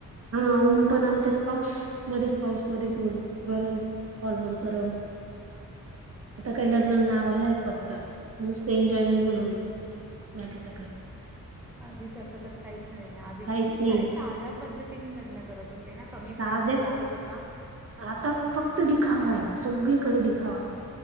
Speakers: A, on the right; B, in the centre.
A: हा ऊन पण अंतात पाऊस. मध्येच पाऊस मध्येच होऊन गरम हॉलवर गरम. आता काय लग्न
B: गरमी
A: नावालाय. फक्त नुसत एन्जॉयमेंट म्हणून बाकीच करतात.
B: आधी सारखं तर काहीच नाही आधी
A: काहीच
B: किती
A: नाही.
B: काही साध्या पद्धती लग्न करत होत. ते ना कमी
A: साध्या
B: पैसा लागत होता.
A: आता फक्त दिखावा आहे सगळीकडे दिखावा आहे.